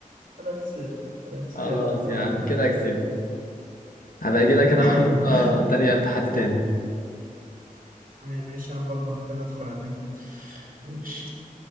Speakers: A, on the right (about 75°); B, on the left (about 80°).
A: انا خسرت انا خسرت
B: خلاص
A: بأمان
B: يا عم كده كسبت هبقى اجي لك انا
A: <laughs>
B: بقى مرة تانية بتحدي تاني
A: ماشي انا برضه محتاج ادخل انام ماشي